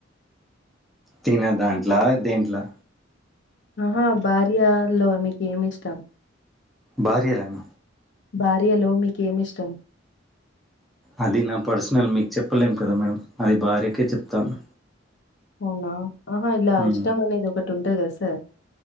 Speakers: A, in the centre; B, on the left.
A: తిన దాంట్లా దేంట్లా
B: ఆహా భార్యలో మీకు ఏమి ఇష్టం
A: భార్య ల న
B: భార్యలో మీకేమిష్టం
A: అది నా పర్సనల్ మీకు చెప్పలేం కదా మేడం అది భార్యకే చెప్తాను
B: అవునా ఆహా ఇలా
A: ఉమ్
B: ఇష్టమనేది ఒక టంట గద సర్